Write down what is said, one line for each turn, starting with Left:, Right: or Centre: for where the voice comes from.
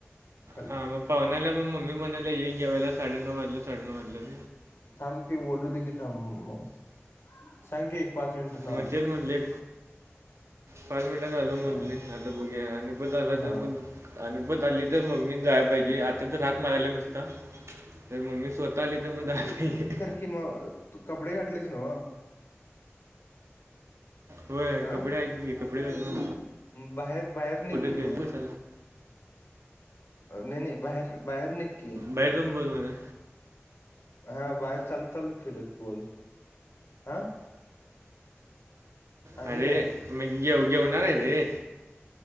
Left: हॅलो
Right: हां मग पाहुणे आल्यात मग मम्मी म्हणायला ये जेवायला साडेनऊ वाजल्यात साडेनऊ वाजल्यात.
Left: थांब की बोलू दे की थांब म सांग की. पाच मिनिटांन
Right: म
Left: आलो
Right: तेच म्हणले. पाच मिनिटात आलो म्हटले
Left: अ
Right: आता बघू आणि पण परत आला
Left: हा
Right: तर मग अपत आली तर मम्मी जाय पाहिजे आ मी तर मारायला नुसता तर मम्मी स्वतः आली तर मग दात नाही आहेे
Left: कि म तु कपडे घाठलेच नवं
Right: होय
Left: अ
Right: कपडे आहेत कपडे घ
Left: बाहेर बाहेर निघ
Right: फडन
Left: की
Right: गेटश
Left: मग नाही नाही बाहेर बाहेर निग की
Right: बाहेर चावून बोल बाहेर
Left: हा बाहेर चाल चाल फिरत बोल हा आणि
Right: अरे
Left: काय
Right: तुम्ही येऊ येऊणार आहे रे